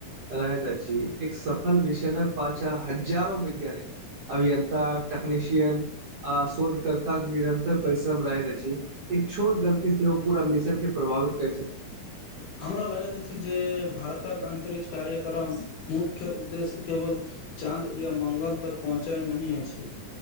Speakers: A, on the right; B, on the left.
A: रहैत अछि, एक सफल मिशनक पछा हज़ारों वैज्ञानिक। अभियन्ता, टकनीशियन आ शोधकर। निरंतर परिश्रम रहैत अछि, एक छोट गलती से ओ पूरा मिशन के प्रभावित कै।
B: हमरा लागत अछी जे। भारतक अंतरिक्ष कार्यक्रम, मुख्य उद्देश्य केवल, चाँद या मंगल तक पहु चाय, नहि अछि।